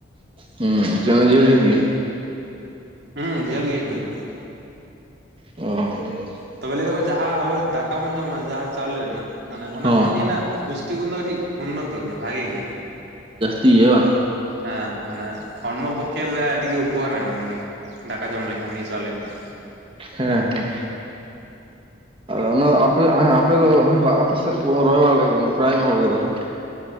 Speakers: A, on the right (about 25°); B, on the right (about 55°).
A: ᱦᱩᱸ ᱪᱟᱣᱞᱮ ᱡᱷᱟᱹᱞ ᱡᱷᱟᱹᱞ ᱜᱮᱭᱟ?
B: ᱦᱮᱸ ᱡᱷᱟᱹᱞ ᱜᱮᱭᱟ ᱡᱷᱟᱹᱞ ᱫᱚ᱾
A: ᱚ
B: ᱛᱚᱵᱮ ᱞᱟᱹᱭ ᱫᱟᱠᱚ ᱡᱟᱦᱟᱸ ᱟᱵᱚ ᱫᱟᱠᱟ ᱵᱚᱱ ᱡᱚᱢᱟ ᱡᱟᱦᱟᱸ ᱪᱟᱣᱞᱮ ᱨᱮᱱᱟᱜ ᱢᱟᱱᱮ ᱚᱱᱟ
A: ᱦᱚᱸ
B: ᱠᱷᱚᱱ ᱱᱤᱭᱟᱹ ᱨᱮᱱᱟᱜ ᱯᱩᱥᱴᱤ ᱜᱩᱱ ᱫᱚ ᱠᱟᱹᱴᱤᱡ ᱩᱱᱱᱚᱛᱚ ᱜᱮᱭᱟ ᱵᱷᱟᱜᱮ ᱜᱮᱭᱟ᱾
A: ᱛᱮᱭᱟ
B: ᱦᱮᱸ ᱢᱟᱱᱮ ᱦᱚᱲᱢᱚ ᱯᱚᱠᱮ ᱞᱮᱫᱟᱭ ᱹᱰᱤ ᱜᱮ ᱩᱯ ᱩᱯᱚᱠᱟᱨᱮ ᱮᱢᱟ ᱱᱤᱭᱟᱹ ᱫᱟᱠᱟ ᱡᱚᱢ ᱞᱮᱠᱷᱟᱱ ᱱᱤᱭᱟᱹ ᱪᱟᱣᱞᱮ ᱨᱮᱱᱟᱜ᱾
A: ᱦᱮᱸ ᱦᱮᱸ ᱚᱱᱟ ᱟᱯᱮ ᱟᱯᱮ ᱫᱚ ᱟᱯᱮ ᱥᱮᱫ ᱨᱚᱦᱚᱭ ᱵᱟᱲᱟᱜ ᱯᱨᱟᱭ ᱧᱚᱜ ᱦᱚᱲ ᱜᱮ ᱛᱟᱞᱮ᱾